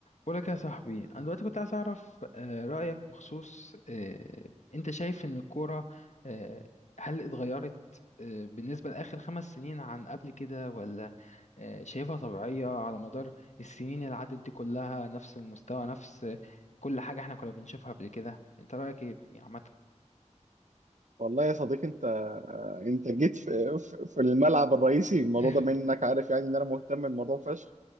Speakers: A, on the left; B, on the right.
A: بقولك يا صاحبي انا دلوقتي كنت عايز اعرف آه، رايك بخصوص آه، انت شايف ان الكوره آه، هل اتغيرت آه، بالنسبه لاخر خمس سنين عن قبل كده ولا آه، شايفها طبيعيه على مدار السنين اللي عدت دي كلها نفس المستوى نفس آه، كل حاجه احنا كنا بنشوفها قبل كده انت رايك ايه يعني عامه
B: والله يا صديقي انت انت جيت في في في الملعب الرئيسي الموضوع
A: <laughs>
B: ده منك عارف يعني ان انا مهتم بالموضوع فشخ